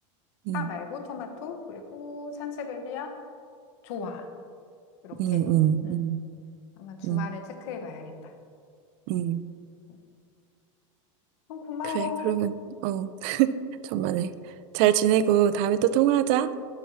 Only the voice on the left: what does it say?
파 말고 토마토 그리고 산세베리아 좋아 이렇게
음
한번 주말에
체크해 봐야겠다.
음, 어, 고마워.
음,